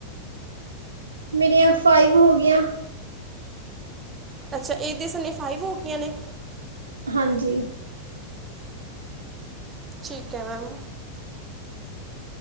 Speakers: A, on the right; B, on the right.
A: ਮੇਰੀਆਂ ਫਾਈਵ ਹੋ ਗੀਆਂ
B: ਅੱਛਾ ਇਹਦੇ ਸਨੇ ਫਾਈਵ ਹੋ ਗੀਆਂ ਨੇ
A: ਹਾਂਜੀ
B: ਠੀਕ ਹੈ ਮੈਮ